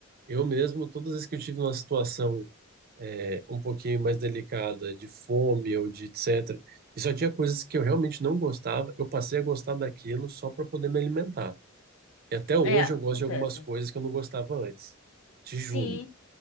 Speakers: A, on the right; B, on the left.
A: Eu mesmo, todas as vezes que eu tive uma situação. é, um pouquinho mais delicada, de fome ou de etc. E só tinha coisas que eu realmente não gostava, eu passei a gostar daquilo só para poder me alimentar. E até hoje
B: é, acontece.
A: eu gosto de algumas coisas que eu não gostava antes, te juro.
B: Sim.